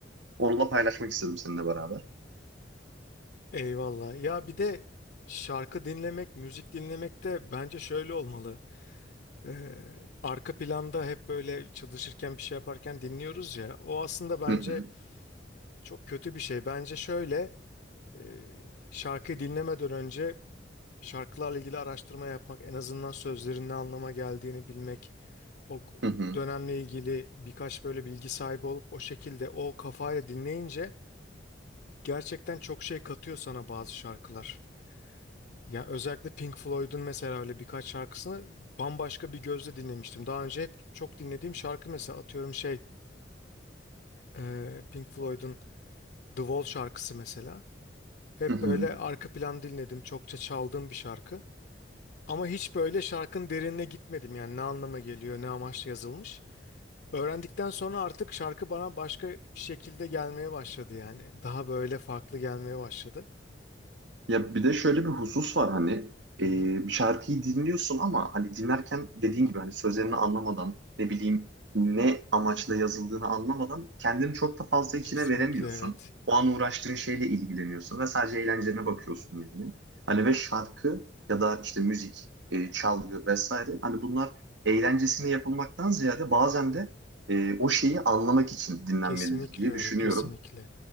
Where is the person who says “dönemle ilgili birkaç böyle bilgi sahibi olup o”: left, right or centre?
Left